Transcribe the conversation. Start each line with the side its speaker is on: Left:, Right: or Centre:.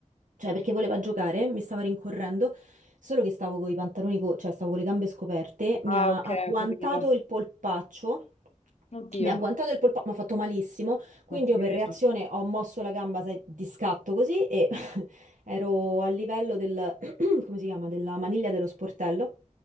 Right: cioè, perché voleva giocare, mi stava rincorrendo, solo che stavo con i pantaloni, co- cioè stavo con le gambe scoperte, mi
Left: Ah,
Right: ha
Left: ok,
Right: agguantato
Left: ho capito.
Right: il polpaccio,
Left: Oddio,
Right: mi ha agguantato il polpaccio, mi ha fatto malissimo, quindi
Left: ma ti
Right: io per
Left: credo.
Right: reazione ho mosso la gamba, sai, di scatto così e <laughs> ero a livello del, <clears throat> come si chiama, della maniglia dello sportello,